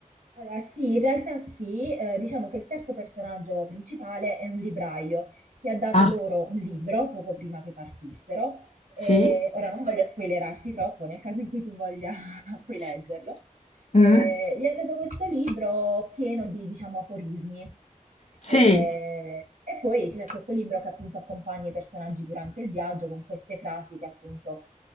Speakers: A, on the right (about 80°); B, on the left (about 55°).
A: Allora, sì, in realtà sì, eh, diciamo che il terzo personaggio principale è un libraio che ha dato
B: Ah,
A: loro un libro poco prima che partissero.
B: sì?
A: Eh, ora non voglio spoilerarti troppo, nel caso in cui tu voglia <laughs> puoi
B: S-
A: leggerlo.
B: mm?
A: Eh, gli ha dato questo libro pieno di, diciamo, aforismi.
B: Sì,
A: Eh, e poi c'è questo libro che appunto accompagna i personaggi durante il viaggio con queste frasi che appunto